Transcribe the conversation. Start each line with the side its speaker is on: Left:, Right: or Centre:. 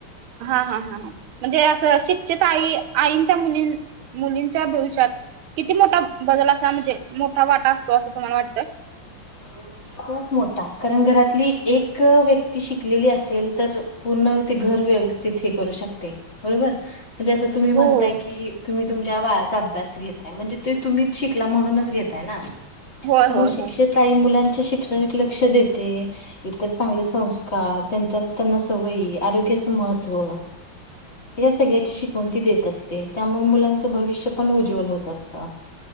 Right: हां हां हां ह म्हणजे असं शिक्षित आई आईंच्या मुलीं मुलींच्या भविष्यात किती? मोठा बदल असा म्हणजे मोठा वाटा असतो असं तुम्हाला वाटतं.
Left: अ खूप मोठा कारण घरातली एक व्यक्ती शिकलेली असेल तर पूर्ण ते घर व्यवस्थ त हे करू शकते. बरोबर म्हणजें तुम्ही
Right: हो
Left: म्हणताय
Right: हो
Left: की. तुम्ही तुमच्या बाळाचा अभ्यास घेताय. म्हणजे ते तुम्हीच शिकला म्हणूनच घेताय ना. त्यामुळ
Right: होय होय
Left: मग शिक्षीत
Right: होय.
Left: आई मुलांच्या शिक्षणाकडे लक्ष देते. इतर चांगले संस्कार, त्यांच्या त्यांना सवयी, आरोग्याचं महत्त्व. या सगळ्याची शिकवणती देत असते त्यामुळे मुलांचं भविष्य पण उज्वल होत असतं.